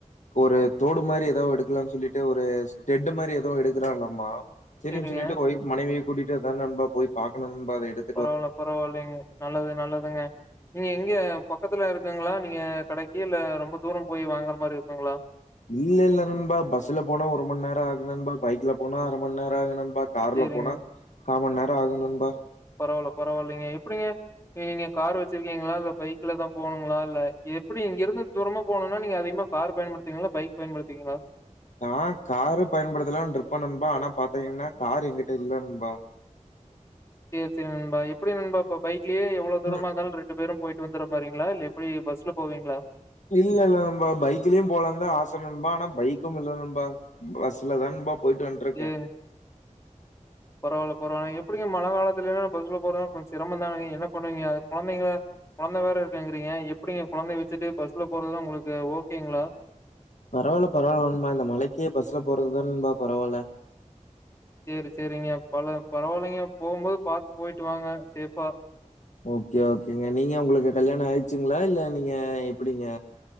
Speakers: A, on the left (about 65°); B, on the left (about 20°).
A: ஒரு தோடு மாரி ஏதோ எடுக்கலான் சொல்லிட்டு ஒரு ஸ்டெட்டு மாரி ஏதோ எடுக்கறாங்களலாமா சரிின்
B: சேரிங்க
A: சொல்லிட்டுய் மனைவியை கூட்டிட்டு தான் நண்பா போய் பாணும் நா அதை எடுத்து
B: பரவாயில்ல பரவாயில்லைங்க நல்லது நல்லதுங்க இங்க எங்க பக்கத்துல இரு இல்லங்ளா நீங்க கடைக்கு இல்ல ரொம்ப தூர போய் வாங்குற மாரி இருக்குங்ளா
A: இல்ல இல்ல நண்பா பஸ்ல போனா ஒரு மண்நேரோ ஆகு நண்பா பைக்ல போனா அரமண்நேரோ ஆகு நண்பா கார்ல
B: சேரிங்க
A: போனா காமண் நேரோ ஆகு நண்பா
B: பரவால்ல பரவால்லிங்க எப்டிங்க எ நீங்க கார் வெச்சிருக்கீங்ளா இல்ல பைக்ல தா போனுங்ளா இல்ல எப்டி இங்கிருந்து தூரமா போனுனா நீங்க அதிக்மா கார் பயன்படுத்துவீங்ளா பைக் பயன்படுத்துவீங்ளா
A: நா காரு பயன்படுத்தலான் இருப்ப நண்பா ஆனா பாத்தீங்கன்னா கார் எங்கிட்ட இல்ல நண்பா
B: எ செ நண்பா எப்டி நண்பா இப்ப பைக்லே எவ்ளோ தூரமாந்தாலு
A: ம்.
B: ரெண்டு பேரு போயிட்டு வந்துற மாரிங்ளா இல்ல எப்டி பஸ்ல போவீங்ளா
A: இல்லல்ல நண்பா பைக்லயு போலந்தா ஆச நண்பா ஆனா பைக்குமில்ல நண்பா பஸ்ல தா ண்பா போயிட்டு வன்ட்ருக்கே
B: ஏ பரவால்ல பரவால்ல எப்டிங்க மழ காலத்திலேலா பஸ்ல போறாங் கொஞ் சிரமோ தானங்க என்ன பண்ணுவீங்க குழந்தைங்கள கொழந்தை வேற இருக்கிங்கிறீங்க எப்டிங்க குழந்தை வச்சுட்டு பஸ்ல போறதுலா உங்ளுக்கு ஓகேங்ளா
A: பரவால்ல பரவால்ல நண்பா இந்த மழைக்கே பஸ்ல போறதுதா நண்பா பரவால்ல
B: சேரி சேரிங்க பல பரவால்லைங்க போம்போது பாத்து போயிட்டு வாங்க சேபா
A: ஓகே ஓகேங்க நீங்க உங்ளுக்கு கல்யாண ஆய்ச்சுங்ளா இல்ல நீங்க எப்டிங்க